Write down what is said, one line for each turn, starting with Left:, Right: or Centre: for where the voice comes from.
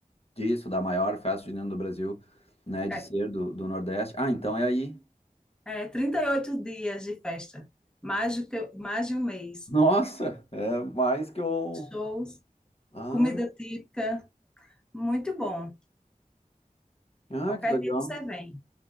Left: disso, da maior festa junina do Brasil, né, de
Centre: É,
Left: ser do, do Nordeste. Ah, então é aí.
Centre: é 38 dias de festa, mais do que, mais de um mês.
Left: <laughs> Nossa, é mais que um.
Centre: Shows,
Left: Ah,
Centre: comida típica, muito bom.
Left: ah,
Centre: Qualquer
Left: que legal.
Centre: dia você vem